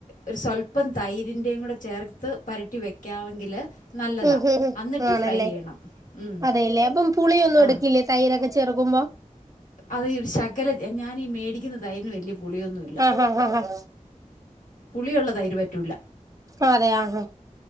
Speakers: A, on the left (about 80°); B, on the right (about 25°).
A: ഒരു സ്വല്പം തൈരിൻ്റെയും കൂടെ ചേർ ത്ത് പരട്ടി വെക്കാമെങ്കിൽ നല്ലതാണ്
B: ഉം ഉം
A: എന്നിട്ട്
B: ആണല്ലേ
A: ഫ്രൈ ചെയ്യണം ഉം.
B: അതെല്ലേ അപ്പം പുളിയൊന്നും
A: ആ
B: എടുക്കില്ലേ തൈരൊക്കെ ചെറുക്കുമ്പോ
A: അതീ ഒരു ശകല ഞാനീ മേടിക്കുന്ന തൈരിന് വലിയ പുളിയൊന്നുമില്ല
B: ആഹ് ആഹ് ആഹ് ആഹ്
A: പുളിയുള്ള തൈയിര് പറ്റൂല്ല
B: അതെ ആഹാ